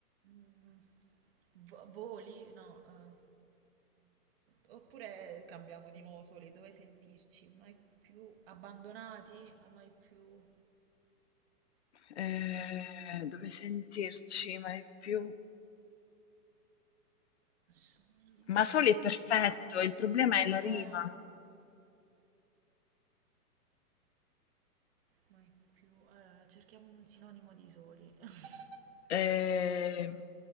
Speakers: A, on the right; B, on the left.
A: Mm, vo- Voli? No. eh. Oppure cambiamo di nuovo soli, dove sentirci? Mai più abbandonati? Mai più...
B: Eh, dove sentirci mai più...
A: Soli.
B: Ma soli è perfetto, il problema è la rima.
A: Eh, mai più. Eh, cerchiamo un sinonimo di soli. <laughs>
B: Ehm,